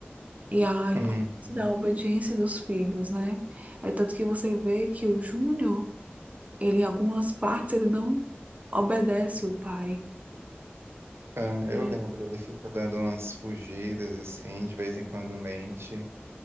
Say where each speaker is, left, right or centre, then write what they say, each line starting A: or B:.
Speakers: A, on the right; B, on the right.
A: e a importância
B: uhum.
A: da obediência dos filhos, né? É tanto que você vê que o Júnior, ele em algumas partes, ele não obedece o pai.
B: Ah,
A: E
B: eu lembro, ele fica dando umas fugidas, assim, de vez em quando mente.